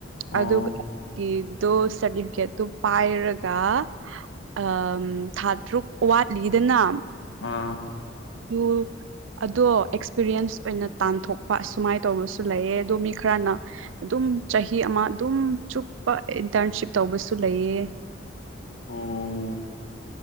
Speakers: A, on the left (about 75°); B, on the right (about 85°).
A: ꯑꯣ
B: ꯑꯗꯨꯒ ꯇꯣ ꯁꯥ꯭ꯔꯇꯤꯐꯤꯀꯦꯠꯇꯣ ꯄꯥꯏꯔꯒ ꯑ ꯊꯥ ꯇꯔꯨꯛ ꯋꯥꯠꯂꯤꯗꯅ
A: ꯑꯥ
B: ꯑꯣ ꯑꯗꯣ ꯑꯦꯛꯁꯄꯤꯔꯤꯌꯦꯟꯁ ꯑꯣꯏꯅ ꯇꯥꯟꯊꯣꯛꯄ ꯑꯁꯨꯃꯥꯏꯅ ꯇꯧꯕꯔ ꯑꯃꯁꯨ ꯂꯩꯌꯦ ꯑꯗꯣ ꯃꯤ ꯈꯔꯅ ꯑꯗꯨꯝ ꯑꯗꯨꯝ ꯆꯍꯤ ꯑꯃ ꯑꯗꯨꯝ ꯆꯨꯞꯄ ꯏꯟꯇ꯭ꯔꯟꯁꯤꯞ ꯇꯧꯕꯁꯨ ꯂꯩꯑ
A: ꯑꯣ